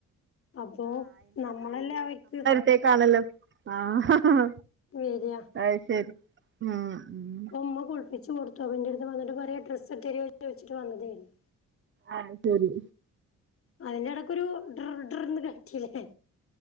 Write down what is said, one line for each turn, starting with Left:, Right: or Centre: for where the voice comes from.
Left: അപ്പോ നമ്മളല്ലേ അവയ്ക്ക്
Right: തേക്കാണല്ലോ ആഹ ഹഹ
Left: വേരിയാ
Right: അയ്ശരി ഉം ഉ
Left: ഉമ്മ കുളപ്പിച്ച് കൊടുത്തു അപ്പന്റെടുത്ത് വന്നിട്ട് പറയാ ഡ്രസ്ട്ടൊരു ചോച്ചിട്ട് വന്നതായിരുന്നു
Right: ആഹ് ശരി
Left: അതിന്റെ ഇടക്കൊരു ഡർ ഡർന്ന് കാരച്ചിലെ